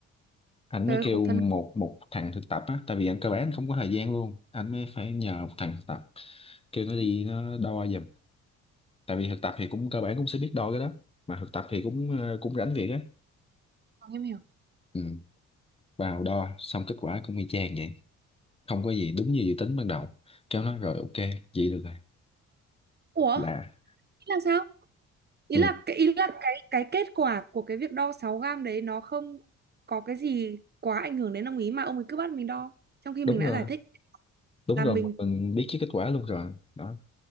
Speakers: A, on the left (about 20°); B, on the right (about 35°).
A: anh
B: trời
A: mới
B: ơi
A: kêu
B: khổ thân
A: một một thằng thực tập á tại vì anh cơ bản anh không có thời gian luôn anh mới phải nhờ một thằng thực tập kêu nó đi
B: vâng,
A: nó đo giùm tại vì thực tập thì cũng cơ bản cũng sẽ biết đo cái đó mà thực tập thì cũng ờ, cũng rảnh việc á
B: em hiểu
A: ừ. vào đo xong kết quả cũng y chang vậy không có gì đúng như dự tính ban đầu kêu nó rồi ok vậy được rồi
B: ủa
A: là
B: thế là sao ý
A: ừ.
B: là cái ý là cái cái kết quả của cái việc đo 6 gam đấy nó không có cái gì quá ảnh hưởng đến ông ý mà ông ấy cứ bắt mình đo trong khi
A: đúng
B: mình đã
A: rồi
B: giải thích
A: đúng
B: là
A: rồi
B: mình
A: mà mình biết chứ kết quả luôn rồi đó